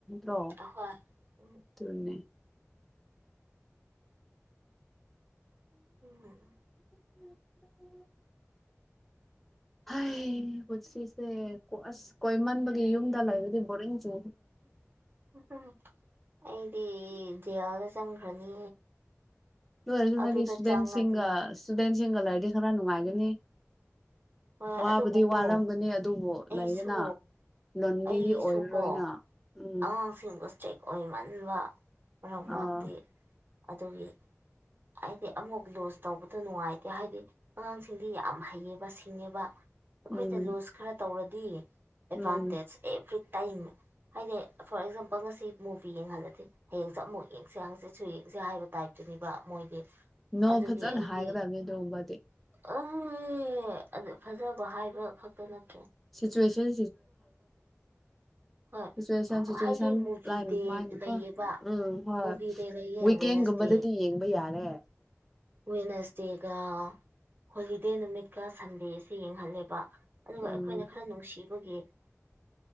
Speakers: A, in the centre; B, on the right (about 40°).
A: ꯔꯣ
B: ꯑꯍꯣꯏ ꯎꯝ
A: ꯇꯅꯤ
B: ꯎꯝ
A: ꯎꯝ ꯍ ꯍꯧꯠ ꯁꯤꯁꯦ ꯑꯁ ꯀꯣꯏꯃꯟꯕꯒꯤ ꯌꯨꯝꯗ ꯂꯩꯔꯗꯤ ꯕꯣꯔꯤꯡꯁꯨ
B: ꯎ ꯑꯩꯗꯤ ꯖꯦꯜꯗ ꯆꯪꯈ꯭ꯔꯅꯤ
A: ꯂꯣꯏꯔꯁꯨ ꯅꯪꯗꯤ
B: ꯑꯗꯨꯗ
A: ꯏꯁꯇꯨꯗꯦꯟꯁꯤꯡꯒ
B: ꯆꯪꯉꯗꯤ
A: ꯏꯁꯇꯨꯗꯦꯟꯁꯤꯡꯒ ꯂꯩꯔꯗꯤ ꯈꯔ ꯅꯨꯡꯉꯥꯏꯒꯅꯤ
B: ꯍꯣꯏ
A: ꯋꯥꯕꯗꯤ
B: ꯑꯗꯨꯕꯨꯀꯣ
A: ꯋꯥꯔꯝꯒꯅꯤ ꯑꯗꯨꯕꯨ
B: ꯑꯩꯁꯨ
A: ꯂꯩꯗꯅ ꯂꯣꯟꯗꯤꯗꯤ
B: ꯑꯩꯁꯨ
A: ꯑꯣꯏꯔꯔꯣꯏꯅ
B: ꯀꯣ
A: ꯎꯝ
B: ꯑꯉꯥꯡꯁꯤꯡꯗꯣ ꯏꯁꯇ꯭ꯔꯤꯛ ꯑꯣꯏꯃꯟꯕ ꯃꯔꯛ ꯃꯔꯛꯇꯤ
A: ꯑꯥ
B: ꯑꯗꯨꯒꯤ ꯍꯥꯏꯗꯤ ꯑꯃꯨꯛ ꯂꯨꯁ ꯇꯧꯕꯗ ꯅꯨꯡꯉꯥꯏꯇꯦ ꯍꯥꯏꯗꯤ ꯑꯉꯥꯡꯁꯤꯡꯗꯤ ꯌꯥꯝ ꯍꯩꯌꯦꯕ ꯁꯤꯡꯉꯦꯕ ꯑꯩꯈꯣꯏꯅ
A: ꯎꯝ
B: ꯂꯨꯁ ꯈꯔ ꯇꯧꯔꯗꯤ ꯑꯦꯗꯚꯇꯦꯖ
A: ꯎꯝ
B: ꯑꯦꯚꯔꯤ ꯇꯥꯏꯝ ꯍꯥꯏꯗꯤ ꯐꯣꯔ ꯑꯦꯛꯖꯥꯝꯄꯜ ꯉꯁꯤ ꯃꯨꯚꯤ ꯌꯦꯡꯍꯜꯂꯗꯤ ꯍꯌꯦꯡ ꯆꯞ ꯑꯃꯨꯛ ꯌꯦꯡꯁꯦ ꯍꯪꯆꯤꯠ ꯁ ꯌꯦꯡꯁꯦ ꯍꯥꯏꯕ ꯇꯥꯏꯞꯇꯨꯅꯤ ꯃꯣꯏꯗꯤ
A: ꯅꯣ
B: ꯑꯗꯨꯒꯤ
A: ꯐꯖꯅ
B: ꯑꯩꯗꯤ
A: ꯍꯥꯏꯒꯗꯕꯅꯤ ꯑꯗꯨꯒꯨꯝꯕꯗꯤ
B: ꯑ ꯑꯦ ꯑꯗꯨ ꯐꯖꯕ ꯍꯥꯏꯕ ꯈꯛꯇ ꯅꯠꯇꯦ
A: ꯁꯤꯆꯨꯋꯦꯁꯟ
B: ꯍꯣꯏ
A: ꯁꯤꯆ ꯁꯆꯨꯋꯁꯟ
B: ꯍꯥꯏꯗꯤ ꯃꯨꯚꯤ
A: ꯂꯥꯏꯅ
B: ꯗꯦ
A: ꯃꯥꯏꯅ
B: ꯂꯩꯌꯦꯕ
A: ꯀꯣ ꯎꯝ
B: ꯃꯨꯚꯤ ꯗꯦ ꯂꯩꯌꯦ
A: ꯍꯣꯏꯋꯤꯦꯟ
B: ꯋꯦꯅꯁꯗꯦ
A: ꯨꯒꯨꯝꯕꯗꯗꯤ ꯌꯦꯡꯕ ꯌꯥꯔꯦ
B: ꯋꯦꯅꯁꯗꯦꯒ ꯍꯣꯂꯤꯗꯦ ꯅꯨꯃꯤꯠꯀ ꯁꯟꯗꯦꯁꯤ ꯌꯦꯡꯍꯜꯂꯦꯕ ꯑꯗꯨꯒ
A: ꯎꯝ
B: ꯑꯩꯈꯣꯏꯅ ꯈꯔ ꯅꯨꯡꯁꯤꯕ ꯑꯩꯒꯤ